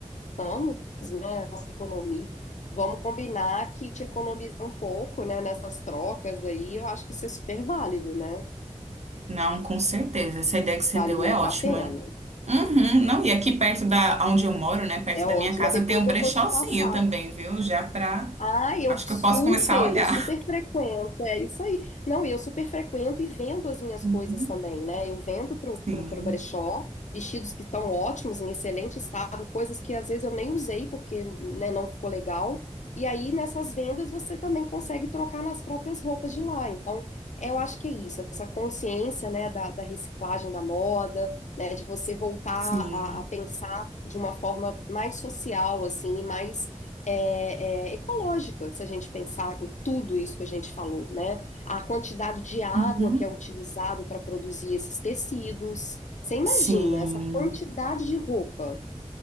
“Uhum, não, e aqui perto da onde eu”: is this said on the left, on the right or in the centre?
Right